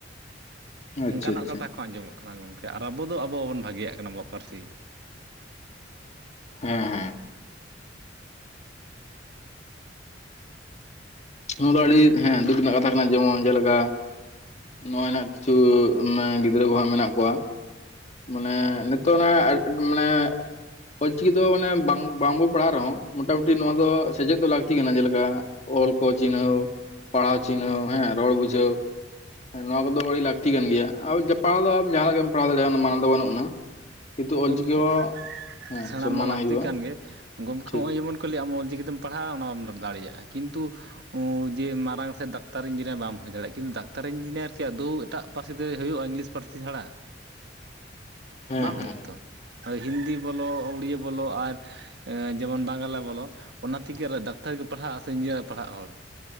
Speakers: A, on the left; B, on the right.
A: ᱠᱟᱛᱷᱟ᱾ ᱟᱪᱪᱷᱟ
B: ᱚᱱᱠᱟᱱᱟᱜ
A: ᱟᱪᱪᱷᱟ
B: ᱠᱟᱛᱷᱟ ᱠᱚ ᱟᱸᱡᱚᱢᱚᱜ ᱠᱟᱱᱟ ᱜᱚᱢᱠᱮ ᱟᱨ ᱟᱵᱚ ᱫᱚ ᱟᱵᱚ ᱵᱟᱵᱚᱱ ᱵᱷᱟᱹᱜᱤᱭᱟᱜ ᱠᱟᱱᱟ ᱟᱵᱚᱣᱟᱜ ᱯᱟᱹᱨᱥᱤ᱾
A: ᱦᱮ ᱦᱮ ᱾ ᱱᱚᱣᱟ ᱫᱚ ᱟᱹᱰᱤ ᱦᱮᱸ ᱫᱩᱠ ᱨᱮᱱᱟᱜ ᱠᱟᱛᱷᱟ ᱠᱟᱱᱟ ᱡᱮᱢᱚᱱ ᱡᱮᱞᱮᱠᱟ ᱱᱚᱜᱼᱚᱭ ᱱᱟᱜ ᱠᱤᱪᱷᱩ ᱜᱤᱫᱽᱨᱟᱹ ᱠᱚ ᱦᱟᱸᱜ ᱢᱮᱱᱟᱜ ᱠᱚᱣᱟ᱾ ᱢᱟᱱᱮ ᱱᱤᱛᱚᱜ ᱚᱱᱟ ᱢᱟᱱᱮ ᱚᱞ ᱪᱤᱠᱤ ᱫᱚ ᱢᱟᱱᱮ ᱵᱟᱝ ᱵᱟᱝᱵᱚ ᱯᱟᱲᱦᱟᱜ ᱨᱮᱦᱚᱸ ᱢᱚᱴᱟᱢᱩᱴᱤ ᱱᱚᱣᱟ ᱫᱚ ᱥᱮᱪᱮᱫ ᱫᱚ ᱞᱟᱹᱠᱛᱤ ᱠᱟᱱᱟ ᱡᱮᱞᱮᱠᱟ ᱚᱞ ᱠᱚ ᱪᱤᱱᱦᱟᱹᱣ ᱯᱟᱲᱦᱟᱣ ᱪᱤᱱᱦᱟᱹᱣ ᱦᱮᱸ ᱨᱚᱲ ᱵᱩᱡᱷᱟᱹᱣ᱾ ᱦᱮᱸ ᱱᱚᱣᱟ ᱠᱚᱫᱚ ᱟᱹᱰᱤ ᱞᱟᱹᱠᱛᱤ ᱠᱟᱱ ᱜᱮᱭᱟ ᱟ ᱯᱟᱲᱦᱟᱣ ᱫᱚ ᱟᱢ ᱡᱟᱦᱟᱸ ᱨᱮᱜᱮᱢ ᱯᱟᱲᱦᱟᱣ ᱫᱟᱲᱮᱭᱟᱜᱼᱟ ᱚᱱᱟ ᱫᱚ ᱢᱟᱱᱟᱣ ᱫᱚ ᱵᱟᱹᱱᱩᱜ ᱟᱱᱟ᱾ ᱠᱤᱱᱛᱩ ᱚᱞᱪᱤᱠᱤ
B: ᱜᱚᱢᱠᱮ
A: ᱦᱚᱸ ᱦᱮᱸ
B: ᱥᱮᱬᱟ
A: ᱥᱚᱱᱢᱟᱱᱟᱜ
B: ᱢᱟ ᱞᱟᱹᱠᱛᱤ
A: ᱦᱩᱭᱩᱜᱼᱟ
B: ᱠᱟᱱ ᱜᱮ ᱜᱚᱢᱠᱮ
A: ᱴᱷᱤᱠ
B: ᱦᱚᱸᱜᱼᱚᱭ ᱡᱮᱢᱚᱱ ᱠᱚ ᱞᱟᱹᱭᱟ ᱟᱢ ᱚᱞ ᱪᱤᱠᱤ ᱛᱮᱢ ᱯᱟᱲᱦᱟᱜᱼᱟ ᱚᱱᱟ ᱵᱟᱢ ᱫᱟᱲᱮᱭᱟᱜᱼᱟ ᱠᱤᱱᱛᱩ ᱡᱮ ᱢᱟᱨᱟᱝ ᱥᱮ ᱰᱟᱠᱛᱟᱨ ᱤᱧᱡᱤᱱᱤᱭᱟᱨ ᱵᱟᱢ ᱦᱩᱭ ᱫᱟᱲᱮᱭᱟᱜᱼᱟ ᱠᱤᱱᱛᱩ ᱰᱟᱠᱛᱟᱨ ᱤᱧᱡᱤᱱᱤᱭᱟᱨ ᱠᱤ ᱟᱫᱚᱣ ᱮᱴᱟᱜ ᱯᱟᱹᱨᱥᱤ ᱛᱮ ᱦᱩᱭᱩᱜᱼᱟ ᱤᱝᱞᱤᱥ ᱯᱟᱹᱨᱥᱤ ᱥᱮᱲᱟ
A: ᱦᱮᱸ
B: ᱵᱟᱝ
A: ᱦᱮᱸ
B: ᱦᱩᱭᱩᱜᱼᱟ᱾ ᱦᱤᱱᱫᱤ ᱵᱚᱞᱚ ᱩᱲᱤᱭᱟᱹ ᱵᱚᱞᱚ ᱟᱨ ᱡᱮᱢᱚᱱ ᱵᱟᱝᱞᱟ ᱵᱚᱞᱚ ᱚᱱᱟ ᱛᱮᱜᱮ ᱰᱟᱠᱛᱟᱨ ᱠᱚ ᱯᱟᱲᱦᱟᱜᱼᱟ ᱥᱮ ᱤᱧᱡᱤᱱᱤᱭᱟᱨ ᱠᱚ ᱯᱟᱲᱦᱟᱜ ᱦᱚᱲ?